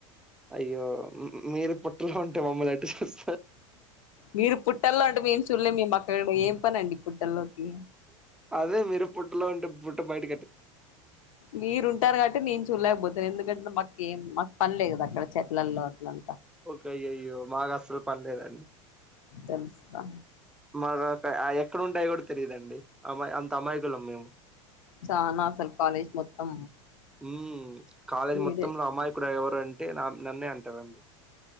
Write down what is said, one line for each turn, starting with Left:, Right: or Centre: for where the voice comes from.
Centre: అయ్యో మీరు పుట్టలో ఉంటే మమ్మలు ఎట్ట చూస్త
Left: మీరు పుట్టల్లో ఉంటే మేం చూడలే మీ అక్క ఏం పనండి పుట్టల్లోకి
Centre: అదే మీరు పుట్ బుట్ట బయట
Left: మీరుంటారు కాబటి నేను చూడలేకపోతాను ఎందుకంటే మా కెం మాకు పనిలే కదా అక్కడ చెట్లల్లో అట్ల
Centre: ఒకయ్యయ్యో మాకు అస్సలు పనిలేదండి
Left: తెలుసు గా
Centre: మాకు అయ ఎక్కడ ఉంటాయ కూడా తెలియదండి అమ్మా అంత అమాయికులం మేము
Left: చానా అసలు కాలేజ్ మొత్తం
Centre: ఉ కాలేజ్
Left: మీరే
Centre: మొత్తం అమయికుడు ఎవరు అంటే నన్నే అంటారండి